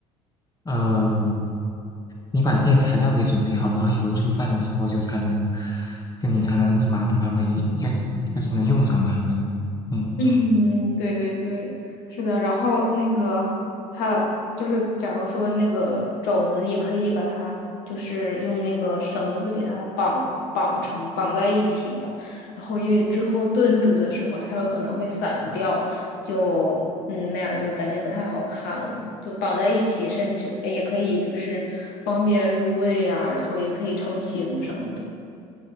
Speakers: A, on the left; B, on the left.
A: 呃，你把这些材料给准备好，然后一会儿做饭的时候就才能，就你才能立马把它们也就就是能用上它们，嗯。
B: 嗯，对对对，是的。然后那个还有就是，假如说那个肘子也可以把它，就是用那个绳子给它绑绑成绑在一起吧。然后因为之后炖煮的时候，它有可能会散掉，就嗯那样就感觉不太好看了。就绑在一起，甚至呃也可以就是方便入味呀、然后也可以成型什么的。